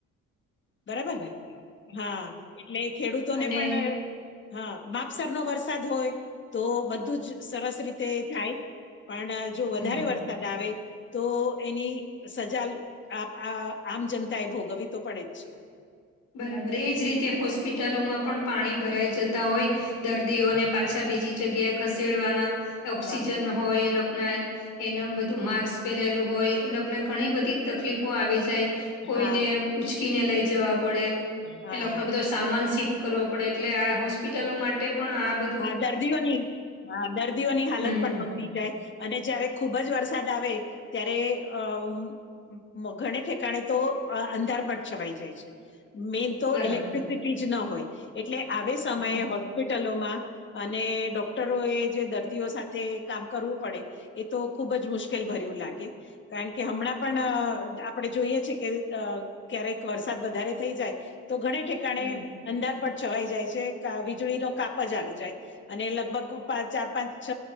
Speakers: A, on the left (about 40°); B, on the left (about 80°).
A: બરાબર ને? હા. એટલે ખેડૂતોને
B: અને
A: પણ હા. માપસર નો વરસાદ હોય તો બધ ધું જ સરસ રીતે થાય. પણ, જો વધારે
B: હમ
A: વરસાદ આવે તો એની સજા આપ આ આમ જનતા એ ભોગવી તો પડે જ છે.
B: બરાબર. એજ રીતે હોસ્પિટલોમાં પણ પાણી ભરાઈ જતા હોય દર્દીઓને પાછા બીજી જગ્યાએ ખસેડવાના, ઓક્સિજન
A: હા
B: હોય એ લોક નાએ એનું બધું માક્સ પહેરેલું હોય, એ લોકને ઘણી બધી તકલીફો આવી જાય, કોઈને
A: હા હા
B: એમ ઊંચકીને લઈ જવા પડે,
A: હા
B: એ લોક
A: હા
B: નો બધો સ સામાન શીફ્ટ કરવો પડે, એટલે આ હોસ્પિટલો માટે પણ આ બધ
A: હા દર્દીઓની, હા દર્દીઓની હાલત
B: હમ
A: પણ બગડી જાય. અને જયારે ખુબ જ વરસાદ આવે ત્યારે અમ્મ મમ ઘણે ઠેકાણે તો અ અંધારપટ છવાઈ જાય છે. મેઈન તો
B: બરાબર
A: ઇલેક્ટ્રિસિટી જ ન હોય, એટલે આવે સમયે
B: હમ
A: હોસ્પિટલોમાં અને ડોક્ટરોએ જે દર્દીઓ સાથે કામ કરવું પડે એ તો ખુબ જ મુશ્કેલ ભર્યું લાગે. કારણ કે હમણાં
B: હમ
A: પણ આપણે જોઈએ છે કે અ. ક્યારેક વરસાદ વધારે થઈ જાય તો ઘ ઠ. કારણે
B: હમ
A: અંધારપટ છવાઈ જાય છે કા વીજળી નો કાપ જ આવી જાય અને લગભગ પા ચાર પાંચ છ